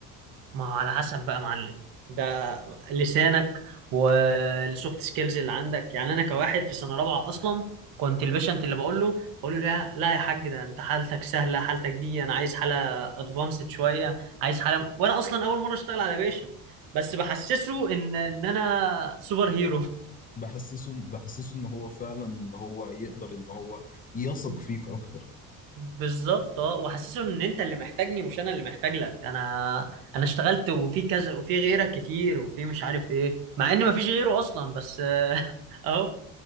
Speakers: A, on the right; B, on the left.
A: ما هو على حسب بقى يا معلم ده لسانك والسوفت سكيلز اللي عندك يعني انا كواحد في سنه رابعه اصلا كنت البيشنت اللي بقول له بقول له لا لا يا حاج ده انت حالتك سهله حالتك دي انا عايز حاله ادفانسد شويه عايز حاله وانا اصلا اول مره اشتغل على بيشنت بس بحسسه ان ان انا سوبر هيرو
B: بحسسه بحسسه ان هو فعلا ان هو يقدر ان هو يثق
A: <laughs>
B: فيك اكتر
A: بالظبط اه وحاسسهم ان انت اللي محتاجني مش انا اللي محتاج لك انا انا اشتغلت وفي كذا وفي غيرك كتير وفي مش عارف ايه مع ان مفيش غيره اصلا بس آه، <laughs> اهو